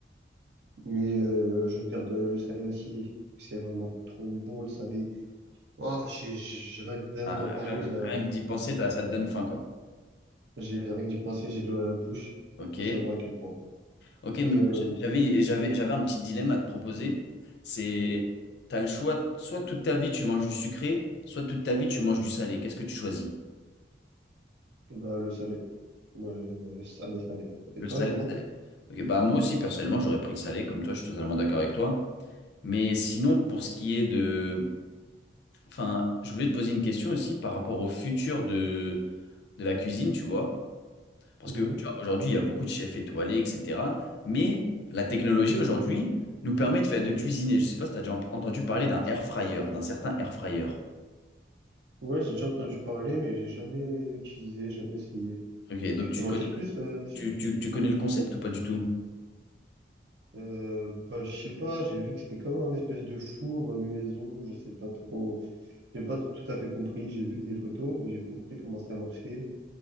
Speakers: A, on the right (about 65°); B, on the left (about 65°).
A: mais euh, je garde le salé aussi. C'est vraiment trop bon le salé. Oh, j'ai, j'ai- rien, que rien
B: Ah,
A: que d'en parler,
B: rien
A: ça-
B: rien que d'y penser,
A: j'ai,
B: t'as- ça te donne faim, quoi.
A: j'ai- rien que d'y penser, j'ai l'eau à la bouche.
B: Ok.
A: Je peux pas savoir à quel point.
B: Ok, mais
A: Mais
B: moi,
A: euh,
B: j'avais, j'avais, j'avais un petit dilemme à te proposer. C'est,
A: dis-moi,
B: t'as le choix, soit toute ta vie tu manges du sucré, soit toute ta vie tu manges du salé. Qu'est-ce que tu choisis?
A: bah le salé, ouais, ouais, salé, salé. Et
B: Le
A: toi,
B: salé.
A: dis-moi?
B: salé. Ok, bah moi aussi, personnellement, j'aurais pris le salé, comme toi, je suis totalement d'accord avec toi. Mais sinon, pour ce qui est de... Enfin, je voulais te poser une question aussi par rapport au futur de, de la cuisine, tu vois. Parce
A: Mhm.
B: que tu vois, aujourd'hui, il y a beaucoup de chefs étoilés, etc. Mais la technologie aujourd'hui nous permet de faire de cuisiner. Je ne sais pas si tu as déjà en- entendu parler d'un air fryer, d'un certain air fryer.
A: Ouais, j'ai déjà entendu parler, mais j'ai jamais utilisé, jamais essayé.
B: Ok, donc
A: Tu
B: tu
A: peux m'en
B: connais,
A: dire plus
B: le-
A: euh, dessus?
B: tu, tu- tu connais le concept ou pas du tout?
A: Euh, bah je sais pas, j'ai vu que c'était comme un espèce de four euh, maison, je sais pas trop, j'ai pas tout à fait compris. J'ai vu des photos, mais j'ai pas compris comment ça marchait.